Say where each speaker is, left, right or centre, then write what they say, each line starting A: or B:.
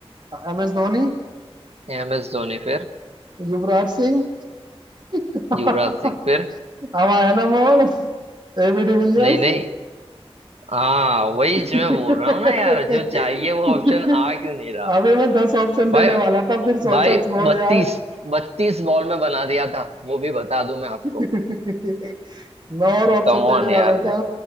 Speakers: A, on the right (about 45°); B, on the right (about 80°).
A: एम एस धोनी
B: एम एस धोनी फिर
A: युवराज सिंह <laughs>
B: युवराज सिंह फिर
A: हवा है ना मोहन एबी डिविलियर्स
B: नहीं नहीं हाँ वही
A: अभी
B: जो मैं बोल रहा हूँ ना यार जो चाहिए वो ऑप्शन आ क्यों नहीं रहा
A: मैं दस ऑप्शन देने
B: भाई
A: वाला था फिर सोचा
B: भाई
A: छोड़
B: बत्तीस
A: यार
B: बत्तीस बॉल में बना दिया था वो भी बता दूं मैं आपको
A: <laughs> मैं
B: भाई
A: और ऑप्शन
B: कम ऑन
A: देने
B: यार
A: वाला था